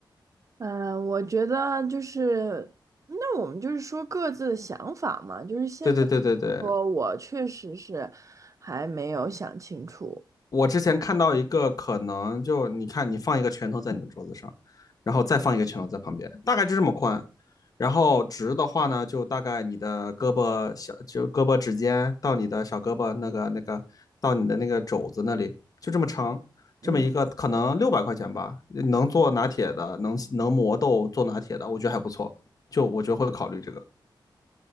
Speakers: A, on the right (about 40°); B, on the left (about 45°).
A: 嗯，我觉得就是，那我们就是说各自的想法嘛。就是现在
B: 对对对对对，
A: 说，我确实是还没有想清楚。
B: 我之前看到一个可能就你看你放一个拳头在你的桌子上，然后再放一个拳头在旁边，大概就这么宽。然后直的话呢，就大概你的胳膊小，就胳膊指尖到你的小胳膊那个那个到你的那个肘子那里，就这么长，
A: 嗯，
B: 这么一个可能六百块钱吧，能做拿铁的，能能磨豆做拿铁的，我觉得还不错，就我觉得会考虑这个。